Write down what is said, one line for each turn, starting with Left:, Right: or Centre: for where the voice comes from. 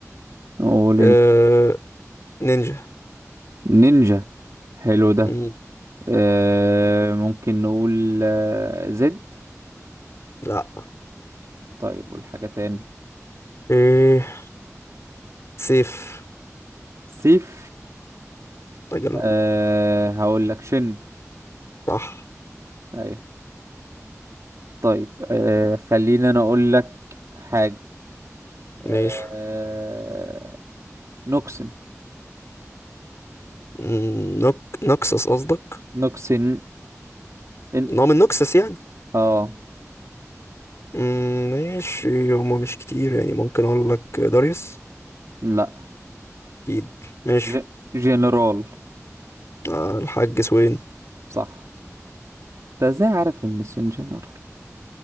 Right: نقول أنت
Left: أه... نينجا
Right: نينجا حلو ده
Left: مم،
Right: آه... ممكن نقول آه... زد
Left: لا
Right: طيب والحاجة تاني
Left: ايه سيف
Right: سيف
Left: اجل
Right: أه هقول لك شن
Left: صح
Right: ايوه طيب أه خليني انا اقول لك حاجة أه
Left: ماشي
Right: نوكسن
Left: مم، نوك نوكسس قصدك
Right: نوكسن إن...
Left: نوع من نوكسس يعني
Right: اه
Left: مم، ماشي هما مش كتير يعني ممكن اقول لك داريوس
Right: لا
Left: اكيد ماشي
Right: ج... جنرال
Left: آه، الحاج سوين
Right: صح انت ازاي عارف ان السن جنرال